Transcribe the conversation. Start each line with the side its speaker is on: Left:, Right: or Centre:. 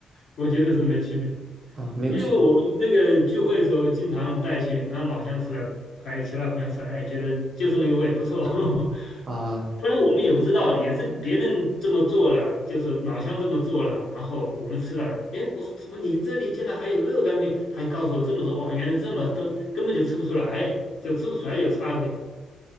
Left: 我觉得是没区别，
Right: 啊，没有区别
Left: 因为我们这个聚会的时候经常带去，那老乡吃了，还有其他朋友吃了，哎，觉得就是那个味不错，<laughs>
Right: 啊，
Left: 不然我们也不知道的，也是别人这么做了，就说老乡这么做了，然后我们吃了，哎，我说怎么你这里竟然还有热干面？他还告诉我这么多，哦，原来这么都根本就吃不出来，就吃不出来有差别，